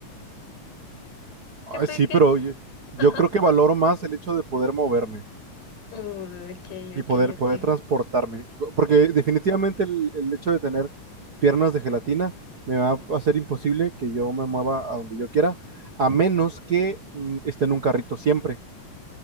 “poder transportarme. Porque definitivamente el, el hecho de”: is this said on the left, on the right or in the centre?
Right